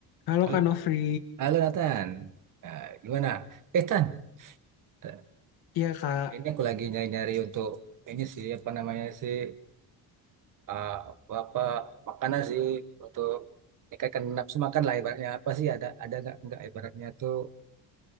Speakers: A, on the left; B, on the right.
A: Halo
B: Hal-
A: Kak Nofri,
B: Halo Nathan, Nah, gimana? Eh Tan, Eh,
A: iya Kak.
B: ini aku lagi nyari-nyari untuk ini sih apa namanya sih ah, apa makanan sih untuk meningkatkan nafsu makan lah ibaratnya apa sih ada ada nggak nggak ibaratnya tuh